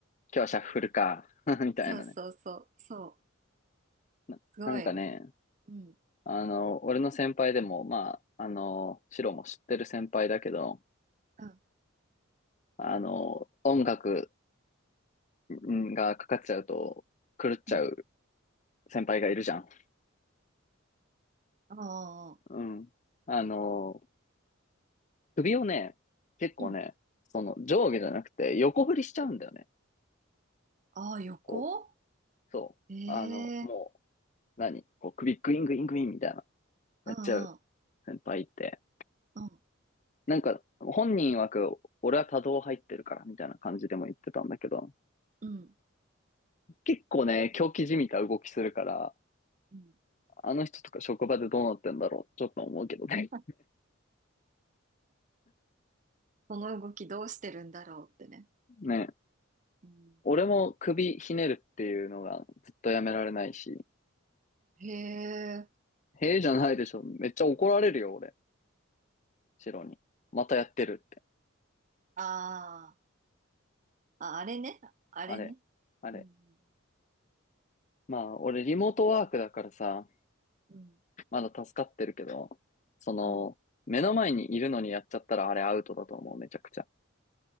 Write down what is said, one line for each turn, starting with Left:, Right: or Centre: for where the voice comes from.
Left: 今日はシャッフルか、<laughs> みたいなね。
Right: そうそうそう、そう。
Left: な、
Right: すごいね。
Left: なんかね、
Right: うん
Left: あの、俺の先輩でも、まあ、あの、シロも知ってる先輩だけど、
Right: うん。
Left: あの、音楽んがかかっちゃうと狂っちゃう
Right: うん。
Left: 先輩がいるじゃん。
Right: ああ、
Left: うん。あの、首をね、結構ね、
Right: うん。
Left: その上下じゃなくて横振りしちゃうんだよね。
Right: ああ、横
Left: こう、そう。
Right: ええ
Left: あの、もう、何こう首グイングイングインみたいな、やっちゃう
Right: うんうん、
Left: 先輩って。
Right: うん、
Left: なんか、本人曰く、俺は多動入ってるから、みたいな感じでも言ってたんだけど、
Right: うん。
Left: 結構ね、狂気じみた動きするから、
Right: うん
Left: あの人とか職場でどうなってんだろう、ちょっと思うけどね。
Right: <laughs> この動きどうしてるんだろうってね。
Left: ね。
Right: うん、
Left: 俺も首ひねるっていうのがずっとやめられないし、
Right: へえ、
Left: へえじゃないでしょ。めっちゃ怒られるよ、俺。シロに。またやってるって。
Right: ああ、あ、あれね、あれね。
Left: あれ、あれ。
Right: うん、
Left: まあ、俺リモートワークだからさ、
Right: うん、
Left: まだ助かってるけど、その、
Right: うん。
Left: 目の前にいるのにやっちゃったらあれアウトだと思う、めちゃくちゃ。